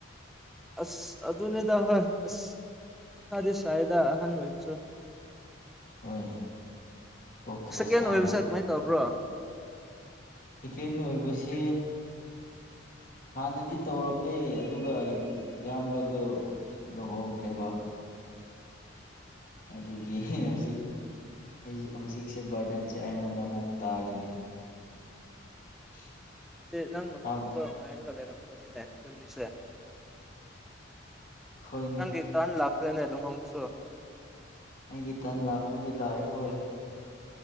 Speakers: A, in the centre; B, on the left.
A: ꯑꯁ ꯑꯗꯨꯅꯤꯗ ꯍꯣꯏ ꯑꯁ ꯃꯈꯥꯗꯤ ꯁ꯭ꯋꯥꯏꯗ ꯑꯍꯟ ꯑꯣꯏꯕ
B: ꯍꯣꯏ ꯀꯣꯈ꯭ꯔ
A: ꯁꯦꯀꯦꯟ
B: ꯁꯥꯅꯤ
A: ꯑꯣꯏꯕꯁꯦ ꯀꯃꯥꯏꯅ ꯇꯧꯕ꯭ꯔꯣ
B: ꯆꯀꯦꯟ ꯑꯣꯏꯕꯕꯁꯤ ꯍꯥꯟꯅꯗꯤ ꯇꯧꯔꯝꯅꯦ ꯑꯗꯨꯒ ꯏꯌꯥꯝꯕꯗ ꯂꯨꯍꯣꯡꯈ꯭ꯔꯦꯕ ꯑꯗꯨꯒꯤ ꯍꯧꯖꯤꯛ ꯑꯩ ꯍꯧꯖꯤꯛꯁꯦ ꯕꯔꯗꯟꯁꯦ ꯑꯩꯉꯣꯟꯗ ꯑꯃꯨꯛ ꯇꯥꯔꯤꯅꯦ <unintelligible>
A: ꯗꯤ ꯅꯪ ꯂꯨꯍꯣꯡꯕꯗꯣ
B: ꯇꯥꯕ꯭ꯔꯣ
A: ꯉꯥꯏꯔꯒ ꯂꯩꯔꯝꯈꯅꯤꯅꯦ ꯆꯨꯝꯃꯤꯁꯦ
B: ꯍꯣꯏꯅꯦ
A: ꯅꯪꯒꯤ ꯇꯥꯥꯟ ꯂꯈ꯭ꯔꯦꯅꯦ ꯑꯗꯨ ꯍꯣꯡꯁꯨꯣꯔ
B: ꯑꯩꯒꯤ ꯒꯤ ꯇꯅ ꯂꯥꯛ ꯀꯨꯗꯤ ꯂꯑ ꯍꯣꯏ